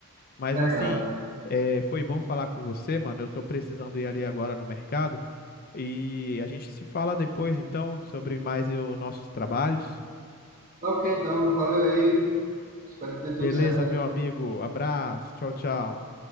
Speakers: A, on the left; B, on the right.
A: Mas
B: verdade.
A: assim, é, foi bom falar com você, mano. Eu tô precisando ir ali agora no mercado. E a gente se fala depois, então, sobre mais eh, os nossos trabalhos.
B: Tá ok, então, valeu aí, espero que dê tudo
A: Beleza,
B: certo aí.
A: meu amigo. Abraço. Tchau, tchau.